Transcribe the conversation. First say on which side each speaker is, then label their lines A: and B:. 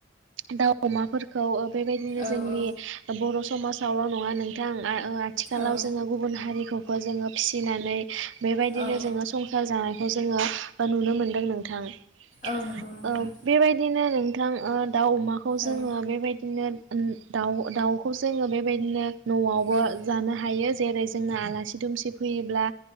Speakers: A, on the right; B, on the left.
A: दाउ, अमाफोरखौ ओ बेबाय
B: औ
A: जोंनि
B: औ
A: बर' समाजावल' नङा नोंथां ओ आथिखालाव
B: औ
A: जोङो गुबुन हारिखौ खौ जोङो फिसिनानै बेबायदिनो
B: औ
A: जोङो संसार जानाय जोङो नुनो मोनदों नोंथां ओ
B: औ नंगौ नोंथां
A: बेबायदिनो नोंथां ओ दाउ अमाखौ जोङो
B: औ
A: बेबायदिनो उम दाउ- दाउखौ जोङो बेबायदिनो न'आवबो
B: औ
A: जानो हायो जेरै जोंनो आलासि दुमसि फैयोब्ला